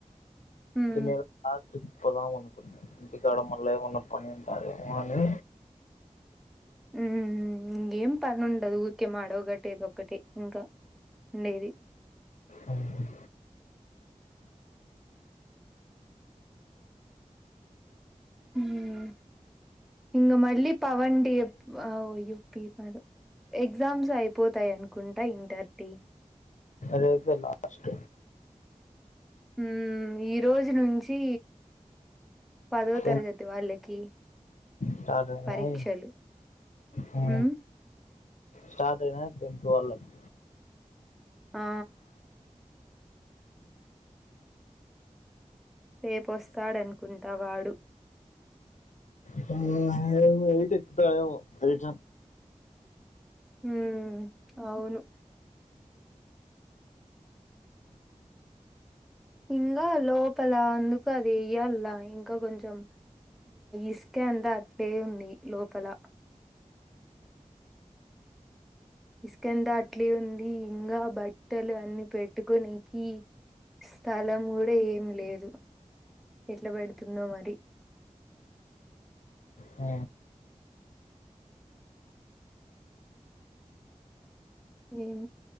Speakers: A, in the centre; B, on the left (about 75°).
A: మ్మ్
B: ఈ నెలా లాస్ట్ పదము అనుకున్న ఇంటి కడ మల్ల ఏమన్నా పని ఉంటది ఏమో అని
A: హు ఇంకేం పని ఉండదు ఊరికే మాడవ కాటేది ఒకటే ఇంకా ఉండేది
B: అవును
A: హ్మ్ ఇంగ మళ్ళీ పవన్ డి యూపి మ ఎగ్జామ్స్ అయిపోతాయ అనుకుంటా ఇంటర్ టి
B: రేపే లాస్ట్
A: హుమ్మ్ ఈ రోజు నుంచి పదో
B: టెన్
A: తరగతి వాళ్ళకి
B: స్టార్ట్ అయినాయి
A: పరీక్షలు
B: హా
A: ఉమ్
B: స్టార్ట్ అయినా టెన్త్ వాళ్ళకి
A: హా రేపొస్తాడనుకుంటా వాడు
B: హ్మ్మ్ ఆవెయిట్ ఎక్తనెమో ఎయిట్
A: హ్మ్ అవును ఇంగా లోపల అందుకు అది వేయ్యలా ఇంకా కొంచెం ఇస్తే అంత అట్లే ఉంది లోపల ఇసుకంత అట్లే ఉంది ఇంకా బట్టలు అన్ని పెట్టుకునికి స్థలం కూడా ఏం లేదు ఎట్లా పెడుతుందో మరి
B: అ
A: ఏం